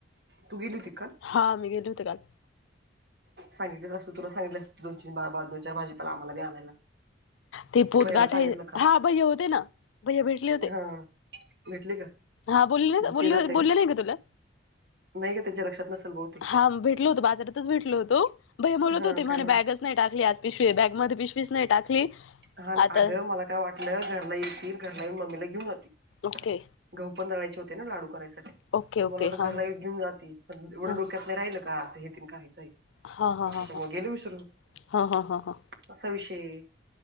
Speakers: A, on the right (about 55°); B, on the left (about 80°).
A: तू गेली तिक
B: हा मी गेलले होते काल
A: सांगितलेच असतं तुला सांगितलं दो बा दोन चार भाजीपाला आमला आणायला
B: ते पोतगठ
A: भैयाला सांगितलं
B: आहे
A: का
B: हा भैया होते ना भैया भेटले होते
A: हा भेटली का
B: हा बोलली बोल
A: ते जाते
B: बोलली
A: का
B: नाही ग तुला.
A: नाही का त्यांच्या लक्षात नसेल बहुतेक
B: हा भेटल होतो बाजारातच भेटल होतो भय बोलत
A: हा
B: होते
A: काय
B: म्ह
A: म्हण
B: बॅग नाही टाकली आज पिशवी बॅग मध्ये पिशवीच नाही टाकली.
A: हा
B: आता
A: अगं मला काय वाटलं घरला येतील घरला मम्मीला घेऊन जातील
B: ओके
A: घा पण रळायचे होते ना लाडू करायसाठी
B: ओके ओके
A: मला वाटं घराला
B: हां हां
A: घेऊन जाते प एवढं
B: हां
A: डोक्यात
B: हां.
A: नाही राहिल का असं हे ति काहीचं आहे.
B: हा हा
A: त्याच्यामुळे
B: हा हा
A: गेलो विसरू
B: हा हा हा हा
A: असा विषय